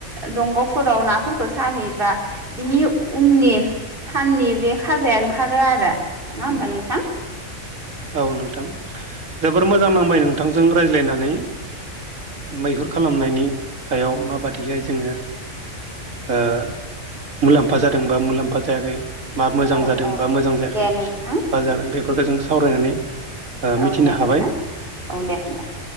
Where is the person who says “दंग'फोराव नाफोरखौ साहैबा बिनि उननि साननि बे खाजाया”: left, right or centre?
Right